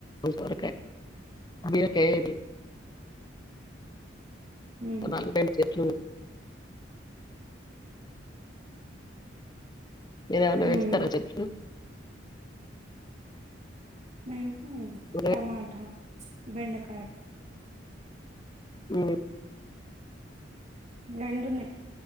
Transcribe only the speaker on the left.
సొరకాయ బీరకాయ
నాలుగు ఐదు చెట్లు ఉన్నాయి మీర ఏవన్నా
పెంచుతారా చెట్లు
కూరగాయ
ఉమ్